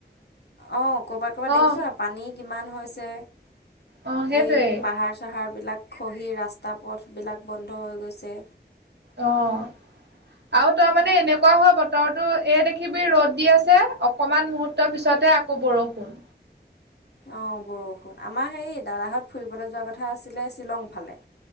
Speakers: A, on the left (about 70°); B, on the right (about 75°).
A: অ' কৰ'বাত কৰ'বাত দেখিছোঁ
B: অ
A: আ পানী কিমান হৈছে,
B: অ সেইটোৱে
A: এই পাহাৰ চাহাৰবিলাক খহি ৰাস্তা পথবিলাক বন্ধ হৈ গৈছে।
B: অ' আৰু তই মানে এনেক এনেকুৱা হয় বতৰটো, এই দেখিবি ৰ'দ দি আছে অকমান মুহুৰ্তৰ পিছতে আকৌ বৰষুণ।
A: অ' বৰষুণ। আমাৰ হেৰি দাদাহঁত ফুৰিবলৈ যোৱা কথা আছিলে শ্বিলং ফালে।